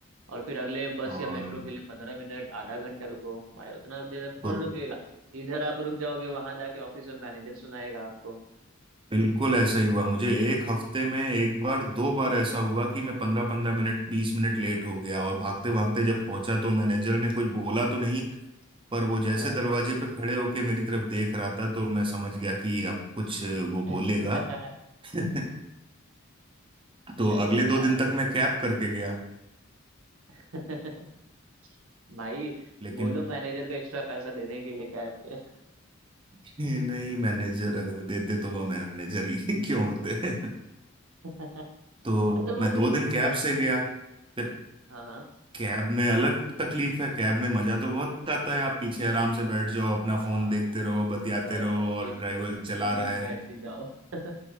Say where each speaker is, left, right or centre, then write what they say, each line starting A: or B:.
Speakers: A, on the right; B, on the right.
A: और फिर अगले बस
B: और
A: या मेट्रो के लिए पंद्रह मिनट आधा घंटा रुको भाई उतना देर तक कौन
B: दो
A: रुकेगा इधर आप रुक जाओगे वहां जाके ऑफिस में मैनेजर सुनाएगा आपको
B: बिल्कुल ऐसा ही हुआ मुझे एक हफ्ते में एक बार दो बार ऐसा हुआ कि मैं पंद्रह पंद्रह मिनट बीस मिनट लेट हो गया और भागते भागते जब पहुंचा तो मैनेजर ने कुछ बोला तो नहीं पर वो जैसे
A: हाँ
B: दरवाजे पे खड़े होके मेरी तरफ देख रहा था तो मैं समझ गया कि अब कुछ वो
A: <laughs>
B: बोलेगा <laughs> तो
A: अरे
B: अगले दो
A: यार
B: दिन तक मैं कैब करके गया
A: <laughs> भाई
B: लेकिन
A: बोलो मैनेजर को एक्स्ट्रा पैसा देने के लिए कैब के
B: <laughs> नहीं मैनेजर अगर देते तो वो मैनेजर ही <laughs> क्यों होते <laughs>
A: <laughs>
B: तो
A: अच्छा वो
B: मैं दो
A: तुम
B: दिन कैब से
A: तुम
B: गया फिर
A: हाँ हाँ
B: कैब में अलग तकलीफ है कैब में मजा तो बहुत आता है आप पीछे आराम से बैठ जाओ अपना
A: हाँ
B: फोन
A: हाँ,
B: देखते रहो बतियाते
A: वही
B: रहो
A: वही
B: और
A: एसी
B: ड्राइवर चला
A: एसी
B: रहा
A: में
B: है
A: बैठ के जाओ <laughs>